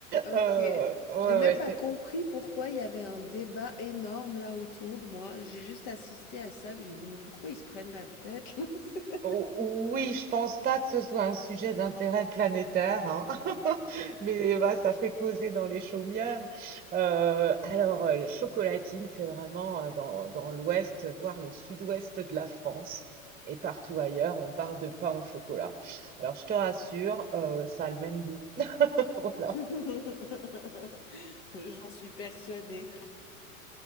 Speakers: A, on the left; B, on the right.
A: ok,
B: Euh, ouais,
A: j'ai même
B: ouais,
A: pas
B: c'est
A: compris pourquoi il y avait un débat énorme là autour, moi. J'ai juste assisté à ça, puis je me dis, mais pourquoi ils se prennent la tête, là <laughs> C'est-
B: O- Oui, je pense pas que ce soit un sujet d'intérêt planétaire, hein. <laughs> Mais bah, ça fait causer dans les chaumières. Euh, alors, euh, le chocolatine, c'est vraiment euh, dans, dans l'ouest, voire le sud-ouest de la France. Et partout ailleurs, on parle de pain au chocolat. Alors, je te rassure, euh, ça a le même goût. <laughs> Voilà.
A: <laughs> J'en suis persuadée.